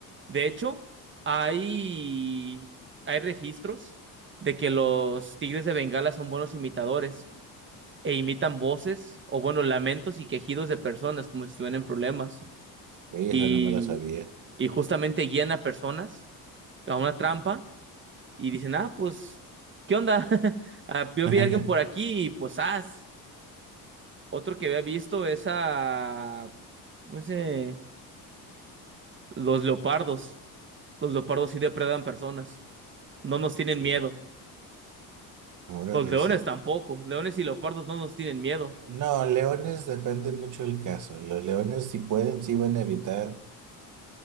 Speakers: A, on the right; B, on the right.
A: De hecho, hay hay registros de que los tigres de Bengala son buenos imitadores e imitan voces o bueno, lamentos y quejidos de personas como si estuvieran en problemas.
B: ok, esa
A: Y
B: no me la sabía.
A: y justamente guían a personas a una trampa y dicen, ah, pues, ¿qué onda? <laughs> Ah, yo
B: <laughs>
A: vi a alguien por aquí y pues, ah, otro que había visto es a, ¿cómo se? Los leopardos. Los leopardos sí depredan personas, no nos tienen
B: Ok,
A: miedo.
B: ahora
A: Los
B: les...
A: leones tampoco, leones y leopardos no nos tienen miedo.
B: No, leones depende mucho del caso. Los leones si pueden, sí van a evitar